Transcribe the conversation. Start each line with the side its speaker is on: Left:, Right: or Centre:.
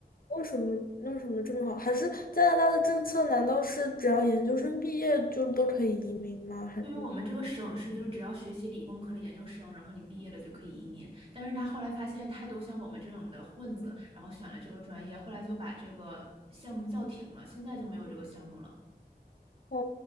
Left: 为什么为什么这么好？还是加拿大的政策难道是只要研究生毕业就都可以移民吗？还是？
Right: 对于我们这个省市，就是只要学习理工科的研究生，然后你毕业了就可以移民。但是他后来发现太多像我们这种的混子，然后选了这个专业，后来就把这个项目叫停了，现在就没有这个项目了。
Left: 哦，